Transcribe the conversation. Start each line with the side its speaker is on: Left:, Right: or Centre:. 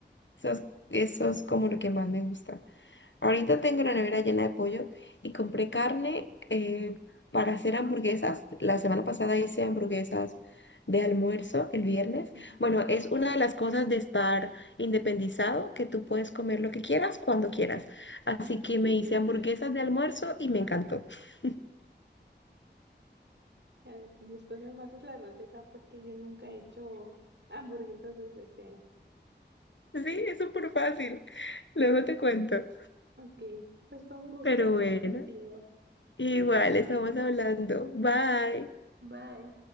Left: Eso es, eso es como lo que más me gusta. Ahorita tengo la nevera llena de pollo y compré carne eh, para hacer hamburguesas. La semana pasada hice hamburguesas de almuerzo el viernes.
Right: Ujú.
Left: Bueno, es una de las cosas de estar independizado, que tú puedes comer lo que quieras cuando quieras. Así
Right: <laughs>
Left: que me hice hamburguesas de almuerzo y me encantó. <laughs>
Right: Ya, Después me pasas la receta porque yo nunca he hecho hamburguesas desde cero.
Left: Sí, es súper fácil. Luego te cuento.
Right: Ok, pues fue un gusto
Left: Pero
Right: hablar
Left: bueno.
Right: contigo.
Left: Igual, estamos hablando. Bye.
Right: Bye.